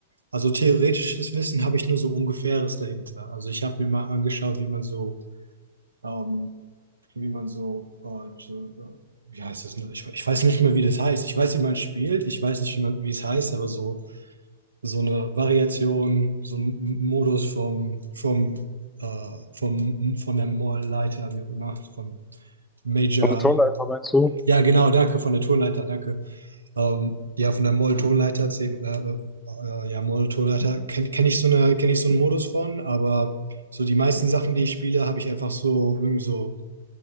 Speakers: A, on the right; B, in the centre.
A: Also theoretisches Wissen habe ich nur so ungefähres dahinter. Also ich habe mir mal angeschaut, wie man so, ähm, wie man so, äh, so äh, wie heißt das? ne? Ich, ich weiß nicht mehr, wie das heißt. Ich weiß, wie man spielt. Ich weiß nicht, wie man, wie es heißt, aber so so eine Variation, so ein M- Modus vom vom äh, vom von der Moll-Leiter, wie auch immer, von Major.
B: Von der Tonleiter meinst du?
A: Ja, genau, danke von der Tonleiter. danke. Ähm, ja, von der Moll-Tonleiter, C- äh, äh, ja, Moll-Tonleiter kenne kenn ich so eine, kenne ich so einen Modus von, aber so die meisten Sachen, die ich spiele, habe ich einfach so irgendwie so,